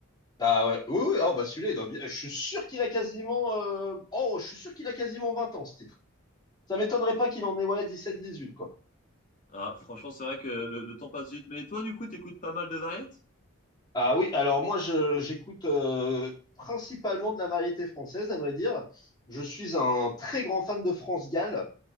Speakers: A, on the left (about 20°); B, on the left (about 35°).
A: Ah ouais, oui, oui, oh, bah celui-là, il doit bien- je suis sûr qu'il a quasiment, euh, oh, je suis sûr qu'il a quasiment 20 ans, ce titre. Ça m'étonnerait pas qu'il en ait, ouais, 17-18, quoi.
B: Ah, franchement, c'est vrai que le, le temps passe vite. Mais toi, du coup, t'écoutes pas mal de variétés?
A: Ah oui, alors moi je- j'écoute euh, principalement de la variété française, à vrai dire. Je suis un très grand fan de France Gall